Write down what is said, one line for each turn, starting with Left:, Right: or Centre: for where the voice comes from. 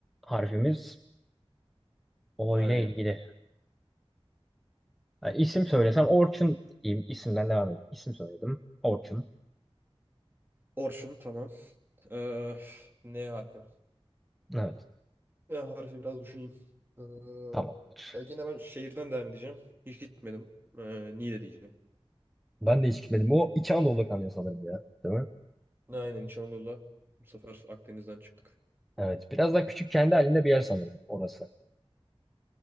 Centre: harfimiz O
Right: Aynen.
Centre: ile ilgili. Yani isim söylesem Orçun diyeyim. İsimden devam edeyim. İsim söyledim. Orçun.
Right: Orçun tamam. Ee, N harfi.
Centre: Evet.
Right: Ne harfi biraz düşüneyim. Ee,
Centre: Tamamdır.
Right: ya yine ben şehirden devam edeceğim. Hiç gitmedim. Ee, Niğde diyeceğim.
Centre: Ben de hiç gitmedim. O İç Anadolu kanıyor sanırım ya. Değil mi?
Right: Aynen İç Anadolu'da. Bu sefer Akdeniz'den çıktık.
Centre: Evet. Biraz daha küçük kendi halinde bir yer sanırım orası.